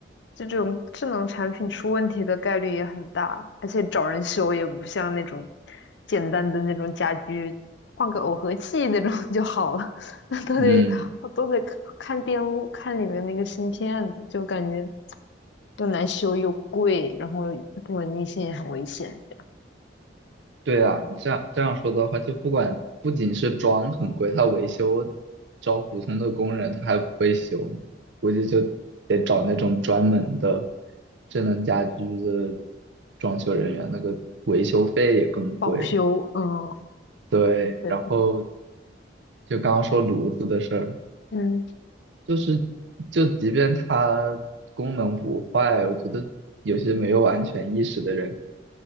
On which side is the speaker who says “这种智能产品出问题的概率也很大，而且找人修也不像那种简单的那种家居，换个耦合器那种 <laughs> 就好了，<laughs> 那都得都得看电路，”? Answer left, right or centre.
Left